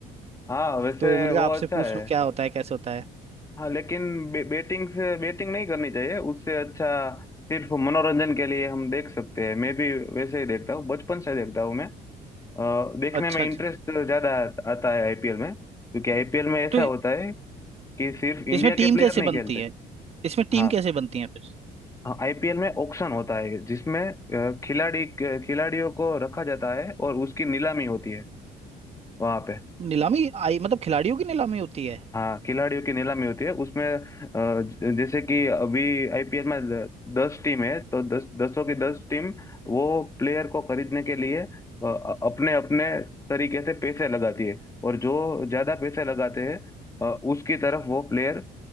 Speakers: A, on the left (about 20°); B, on the right (about 40°).
A: हाँ वैसे
B: तो मैंने
A: वो
B: कहा आपसे
A: अच्छा
B: पूछ
A: है
B: लूँ क्या होता है कैसे होता है
A: हाँ लेकिन बे, बेटिंग से बेटिंग नहीं करनी चाहिए उससे अच्छा सिर्फ मनोरंजन के लिए हम देख सकते हैं मैं भी वैसे ही देखता हूँ बचपन से देखता हूँ मैं अ, देखने
B: अच्छा
A: में
B: अच्छा
A: इंटरेस्ट ज़्यादा आता है आईपीएल में क्योंकि आईपीएल में ऐसा
B: तो
A: होता है कि सिर्फ इंडिया
B: इसमें
A: के
B: टीम
A: प्लेयर
B: कैसे
A: नहीं
B: बनती
A: खेलते
B: है इसमें टीम
A: हाँ
B: कैसे बनती है फिर
A: आईपीएल में ऑक्शन होता है जिसमें अ, खिलाड़ी खिलाड़ियों को रखा जाता है और उसकी नीलामी होती है वहाँ पे
B: नीलामी आई मतलब खिलाड़ियों की नीलामी होती है
A: हाँ खिलाड़ियों की नीलामी होती है उसमें अ, ज- जैसे कि अभी आईपीएल में द- दस टीम है तो दस दसों की दस टीम वो प्लेयर को खरीदने के लिए अपने अपने तरीके से पैसे लगाती है और जो ज्यादा पैसे लगाते हैं अ, उसकी तरफ वो प्लेयर